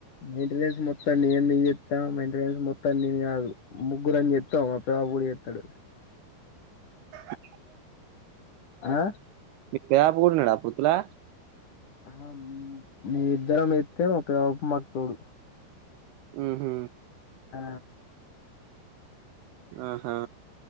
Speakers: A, on the left; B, on the right.
A: మెయింటెనెన్స్ మొత్తం నేను ఎందుకు చెత్త మెయింటెనెన్స్ మొత్తం నేను కాదు ముగ్గురాము చెత్తం బడి చెత్తాడు
B: అ
A: ఆ
B: మీ పాప కూడా ఉన్నాడు. పూతులా
A: ఆ మీ ఇద్దరం ఎత్తే ఒక మాకు తోడు
B: ఉహ్
A: ఆ
B: ఆహా